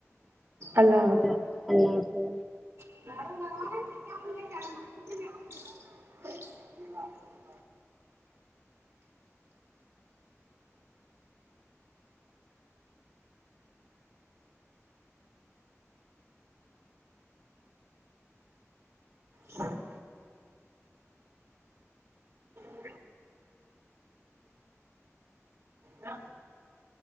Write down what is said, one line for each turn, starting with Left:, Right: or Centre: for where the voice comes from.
Right: اللہ
Centre: ا اللہپ <inaudible>
Right: م م <inaudible> بچ <inaudible> <inaudible> ہھ <inaudible> ی <inaudible> ہاں